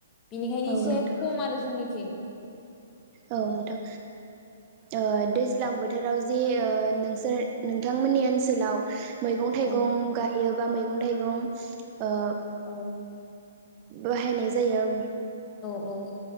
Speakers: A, on the left (about 20°); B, on the right (about 30°).
A: बिनिखायनो
B: औ
A: एसे
B: नोंथां
A: खम आरो जों निथिं
B: औ नोंथां ओ दैज्लां बोथोराव जे ओ नोंसोर नोंथांमोननि ओनसोलाव मैगं थाइगं
A: औ
B: गाय गायोबा मैगं थाइगं ओ
A: औ
B: बाहायनाय जायो
A: अ ओ